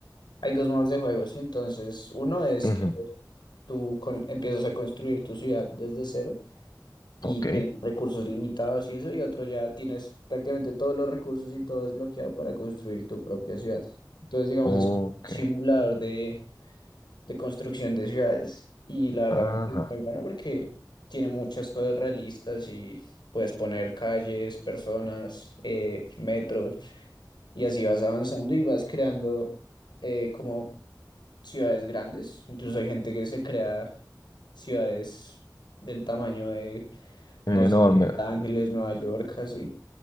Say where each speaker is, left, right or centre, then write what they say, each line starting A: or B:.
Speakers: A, on the left (about 80°); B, on the left (about 60°).
A: hay dos modos de juego, ¿sí? Entonces, uno es
B: Ujú,
A: que tú con- empiezas a construir tu ciudad desde cero y
B: Ok,
A: tienes recursos limitados y eso, y otro ya tienes prácticamente todos los recursos y todo desbloqueado para construir tu propia ciudad. Entonces, digamos,
B: ok,
A: es un simulador de, de construcción de ciudades y la verdad
B: ajá.
A: me parece muy bueno porque tiene muchas cosas realistas y puedes poner calles, personas, eh, metros y así vas avanzando y vas creando eh, como ciudades grandes. Incluso hay gente que se crea ciudades del tamaño de, no
B: Enorme.
A: sé, Los Ángeles, Nueva York, así.